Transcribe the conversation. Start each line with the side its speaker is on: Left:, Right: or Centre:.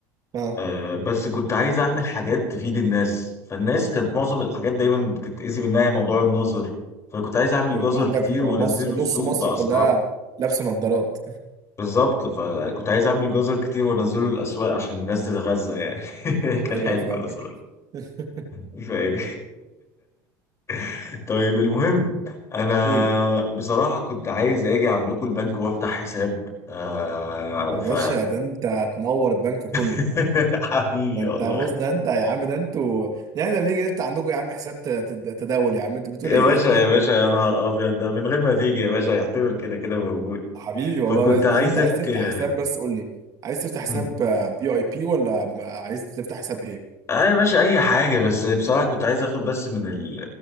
Right: فعلا
Left: آه، بس كنت عايز اعمل حاجات تفيد الناس فالناس كانت معظم الحاجات دايما بتتأذي منها موضوع النظر فكنت عايز اعمل
Right: ايوه
Left: جزر
Right: انت عندك
Left: كتير
Right: م-
Left: وانزله
Right: مصر نص
Left: السوق
Right: مصر
Left: باسعار
Right: كلها لابسه نظارات
Left: بالظبط فكنت عايز اعمل جزر كتير وانزله الاسواق عشان الناس تتغذى يعني
Right: <laughs>
Left: <laughs> كان
Right: ايوه
Left: حلو
Right: فاهمك
Left: انا صراحه
Right: <laughs>
Left: مش فاهم <laughs> طيب المهم انا
Right: قول
Left: بصراحه كنت عايز اجي عندكم البنك وافتح حساب آه
Right: يا
Left: ف
Right: باشا ده انت تنور البنك كله
Left: <laughs> حبيبي
Right: ده انت
Left: والله
Right: بص ده انت يا عم ده انتوا ده احنا بنيجي نفتح عندكم يا عم حساب ت- تد- تداول يا عم انت بتقول
Left: يا
Right: ايه
Left: باشا يا
Right: <laughs>
Left: باشا يا نهار ابيض ده من غير ما تيجي يا باشا يعتبر كده كده موجود
Right: حبيبي والله
Left: فكنت
Right: يا ريس بس
Left: عايزك
Right: انت عايز تفتح
Left: آه
Right: حساب بس قول لي عايز تفتح
Left: مم.
Right: حساب في اي بي ولا آه، عايز تفتح حساب ايه
Left: آه يا باشا اي حاجه بس بصراحه كنت عايز اخد بس من ال-